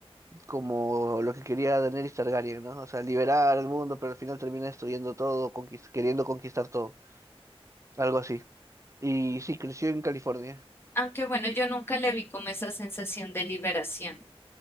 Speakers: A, on the right; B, on the left.
A: como lo que quería Daenerys Targaryen, ¿no? O sea, liberar al mundo, pero al final termina destruyendo todo, conquis- queriendo conquistar todo, algo así. Y sí, creció en California.
B: Aunque bueno, yo nunca le vi como esa sensación de liberación.